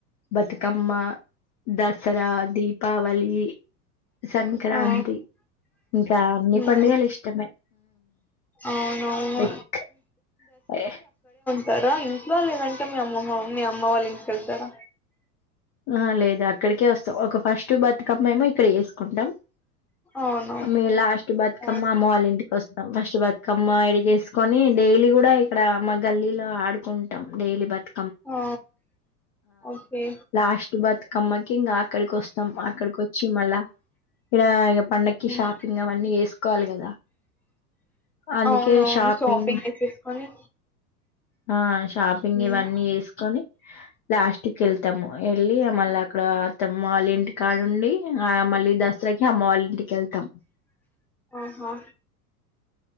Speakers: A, on the left (about 25°); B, in the centre.
A: బతుకమ్మ దసరా దీపావళి సంక్రాంతి
B: ఆ
A: ఇంకా అన్ని
B: ఉమ్
A: పండుగలు ఇష్టమే.
B: అవునవును
A: <unintelligible>
B: టారా ఇంట్లో లేదంటే మీ అమ్మమ్మ మీ అమ్మ వాళ్ళ ఇంటికెళ్తారా?
A: ఆ లేదు అక్కడికే వస్తాం ఒక ఫస్ట్ బతుకమ్మేమో ఇక్కడ చేస్కుంటాం.
B: అవును
A: మేం లాస్ట్ బతుకమ్మ
B: ఆ
A: అమ్మ వాళ్ళ ఇంటికి వస్తాం ఫస్ట్ బతుకమ్మ ఇడ చేసుకొని డైలీ కూడా ఇక్కడ మా గల్లీలో ఆడు కుంటాం డైలీ బత్
B: ఆ ఓకే
A: లాస్ట్ బతుకమ్మ కింగ అక్కడికి వస్తాం అక్కడికి వచ్చి మళ్ళ ఈడ ఇగ పండక్కి
B: ఉమ్
A: షాపింగ్ అవన్నీ చేస్కోవాలి గదా అందుకే
B: అవునవును
A: షాపింగ్
B: చేసేసుకొని
A: ఆ షాపింగ్
B: ఉమ్
A: ఇవన్నీ చేస్కొని లాస్ట్ కెల్ టం వెళ్ళి మళ్ళక్కడ అత్తమ్మ వాళ్ళ ఇంటి కాడుండి, ఆ మళ్ళీ దసరాకి అమ్మ వాళ్ళ ఇంటికెళ్తాం.
B: హా